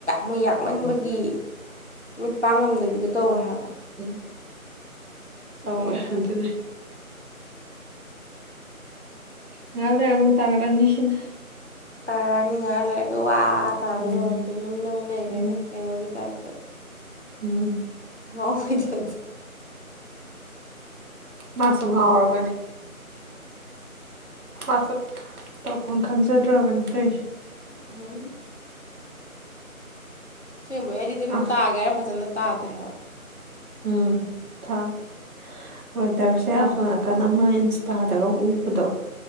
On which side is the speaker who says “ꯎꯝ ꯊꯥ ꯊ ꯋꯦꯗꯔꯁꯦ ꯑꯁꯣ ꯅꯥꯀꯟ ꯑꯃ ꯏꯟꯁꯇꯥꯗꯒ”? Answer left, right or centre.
Right